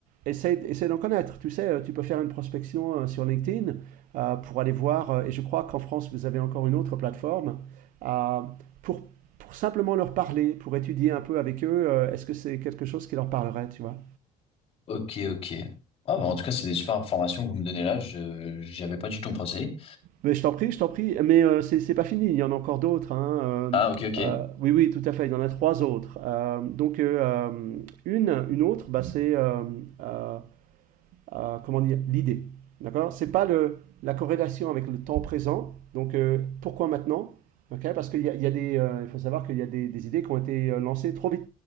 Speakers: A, on the right; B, on the left.
A: essaie, essaie d'en connaître. Tu sais, euh, tu peux faire une prospection euh, sur LinkedIn euh, pour aller voir. euh, et je crois qu'en France, vous avez encore une autre plateforme euh, pour pour simplement leur parler, pour étudier un peu avec eux, euh, est-ce que c'est quelque chose qui leur parlerait, tu vois
B: Ok, ok. Ah, bah, en tout cas, c'est des super informations que vous me donnez là. Je, j'y avais pas du tout pensé.
A: mais je t'en prie, je t'en prie. Mais euh, c'est c'est pas fini, il y en a encore d'autres. hein, euh,
B: Ah, ok, ok.
A: euh, oui, oui, tout à fait, il y en a trois autres. Euh, donc, euh, euh, une, une autre, bah, c'est euh, euh, euh, comment dire, l'idée. D'accord? C'est pas le, la corrélation avec le temps présent. Donc, euh, pourquoi maintenant? Ok? Parce qu'il y a, il y a des, euh, il faut savoir qu'il y a des, des idées qui ont été euh, lancées trop vite.